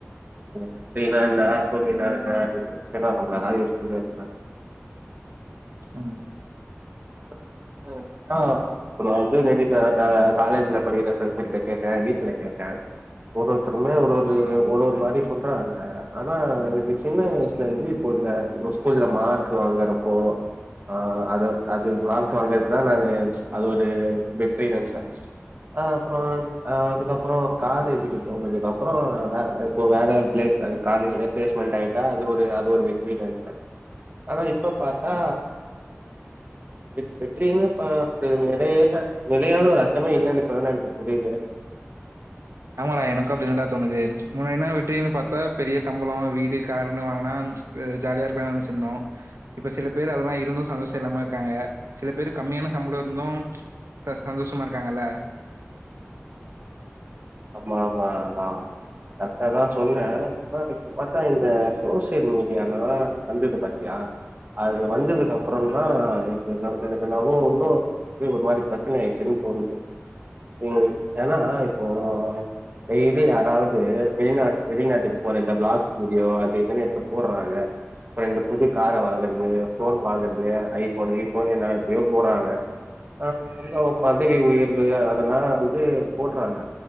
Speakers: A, on the right; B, on the right.
A: <unintelligible>
B: ம்
A: ஆ ந ஆ இப்ப ந வந்து ந காலேஜ்ல படிக்கிற ண்ட கேட்டேன் வீட்டுல கேட்டேன் ஒரு ஒருத்தருமே ஒரு ஒரு ஒரு மாதிரி சொல்றாங்க ஆனா எனக்கு சின்ன வயசுல வந்து <unintelligible> இந்த ஸ்கூல்ல மார்க் வாங்கறப்போ ஆஹ் அத அது மார்க் வாங்கறதுதா நா அது ஒரு வெற்றி நெனச்ச அஹ் அப்றோ அதுக்கப்றோ காலேஜுக்கு போனதுக்கு அப்றோ வே இப்போ வேல அது காலேஜ்ல ப்ளேஸ்மெண்ட் ஆயிட்டா அது ஒரு அது ஒரு வெற்றி நெனப்ப ஆனா இப்ப பாத்தா வெற் வெற்றின்னு இப்ப ஒரு நெறைய நிலையான ஒரு அர்த்தமே இல்லன்னு இப்ப தான்டா எனக்கு புரியுது
B: ஆமாடா எனக்கு அப்படி தாண்டா தோணுது முன்னாடினா வெற்றின்னு பாத்தா பெரிய சம்பளோ வீடு காருன்னு வாங்குனா ஜாலியா இருக்கலா நெனச்சிருந்தோ இப்ப சில பேரு அதலா இருந்து சந்தோஷ இல்லாம இருக்காங்க சில பேரு கம்மியான சம்ளோ இருந்து ச சந்தோஷமா இருக்காங்கல்ல
A: ஆமா ஆமா ஆஹ் கரெக்டாதா சொன்ன ஆனா இப்ப பாத்தா இந்த சோசியல் மீடியாலதா வந்தது பாத்தியா அது வந்ததுக்கு அப்றோதா எனக்கு எனக்கு நவோ ஒன்னு இது ஒரு மாரி பெரச்சனை ஆயிச்சுன் தோனுது உம் ஏனா இப்போ டெய்லி யாராவது வெளிநா வெளிநாட்டுக்கு போற இந்த பிளாக்ஸ் வீடியோ அது எதுன்னு எத்து போடுறாங்க அப்றோ இந்த புது கார வாங்கறது போன் வாங்கறது ஐபோனு இபோனு என்னனத்தையோ போடுறாங்க ஆஹ் அது வந்து அவங்க பதவி உயர்வு அதெல்லா வந்து போடுறாங்க